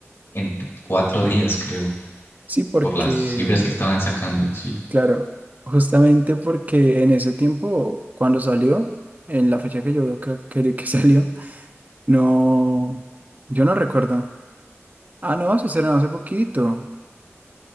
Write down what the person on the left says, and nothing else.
en t- cuatro días, creo,
por las cifras que estaban sacando, sí.